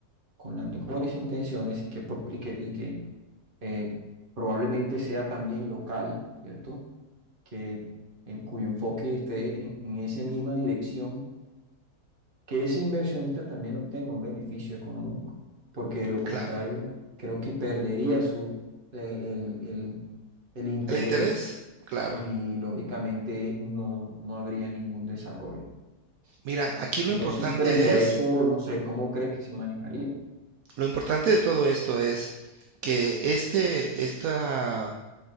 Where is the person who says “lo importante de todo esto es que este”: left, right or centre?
Right